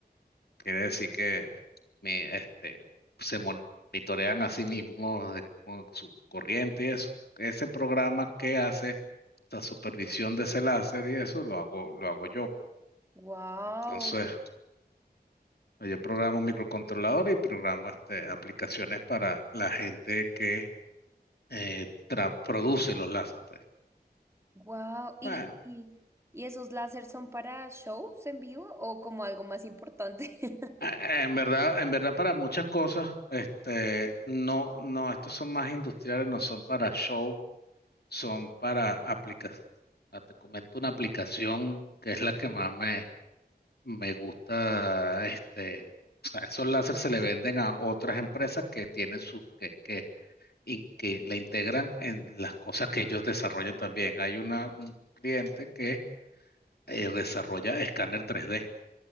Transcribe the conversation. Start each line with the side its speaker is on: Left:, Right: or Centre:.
Left: quiere decir que mi, este, se monitorean a sí mismos de- con su corriente y eso. Ese programa que hace la supervisión de ese láser y eso lo hago, lo hago yo.
Right: wow,
Left: Entonces, Pues Yo programo microcontroladores y programo este, aplicaciones para la gente que eh, tra- produce los láser, pues.
Right: wow. ¿Y,
Left: Bueno,
Right: y, y esos láseres son para shows en vivo o como algo más importante? <laughs>
Left: eh, en verdad, en verdad para muchas cosas, este, no, no, estos son más industriales, no son para show, son para aplicaciones. Te comento una aplicación que es la que más me, me gusta, este, o sea, esos láser se le venden a otras empresas que tienen sus, que, que y que la integran en las cosas que ellos desarrollan también. Hay una, un cliente que eh, desarrolla escáner 3D,